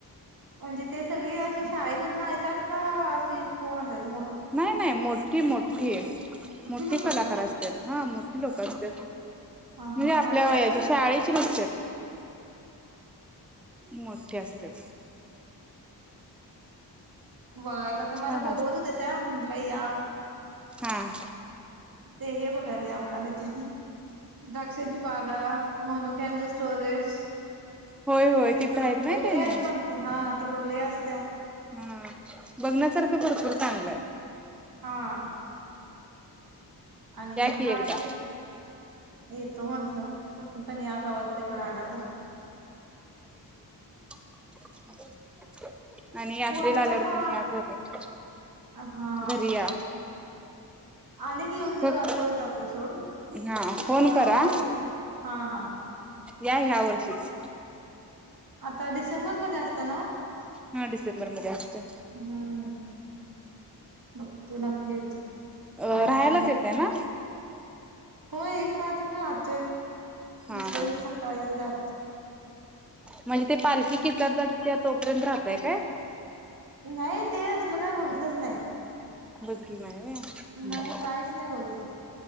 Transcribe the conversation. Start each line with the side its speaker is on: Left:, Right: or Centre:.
Right: म्हणजे ते सगळे अशी शाळेकडनं येतात का असे कोण असात
Centre: नाही- नाही मोठी -मोठी मोठी
Right: लोक
Centre: कलाकार
Right: असतात
Centre: असत हा मोठी लोक असतात.
Right: हा
Centre: म्हणजे
Right: हा
Centre: आपल्या
Right: मला कटलं
Centre: वयाची शाळेची नसतात. मोठे असत्यात.
Right: बघा तस
Centre: छान
Right: मला बोलवत होत त्या म्हंटलं या.
Centre: हम्म
Right: ते हे बघायले म्हणालेत. द्राक्षाच्या बागा मनुक्यांचा स्टोरेज.
Centre: होय होय
Right: तिकडं
Centre: तिथं आहेत ना
Right: गेले
Centre: त्याने
Right: आहे म्हणते हा तिकड लय अस
Centre: हा बघण्यासारखं भरपूर चांगलंय
Right: हा आणि
Centre: की
Right: हा
Centre: एकदा
Right: ते येतो म्हंटलं. तुम्ही पण या कावा तर इकड आला तर.
Centre: ह <inaudible> आणि यात्रेला
Right: हो आमच्या
Centre: आल्यावर
Right: तर
Centre: कोणी या घरी-
Right: हा
Centre: घरी या.
Right: आले की येऊन तुला
Centre: फक्त
Right: गाठ पडून जातो सोड
Centre: हा फोन
Right: आता
Centre: करा
Right: बघू की हां हां
Centre: या ह्या वर्षीच.
Right: आता डिसेंबरमध्ये असते नवं?
Centre: हा डिसेंबर मध्ये असते.
Right: हम्म, मग बगतो नक्की येतो.
Centre: अ,
Right: आणि
Centre: राहायलाच येताय ना?
Right: हो, एक रात्र राहतोय.
Centre: हा
Right: दुसऱ्या
Centre: हा
Right: दिवशी सकाळी जातो.
Centre: म्हणजे ते पालखी किचारदच्या तोपर्यंत राहतय काय?
Right: नाही, ते असलं काय बघितलंच नाही.
Centre: बघितलं नाही. व्हय
Right: नाही, काहीच नाही बघितलं.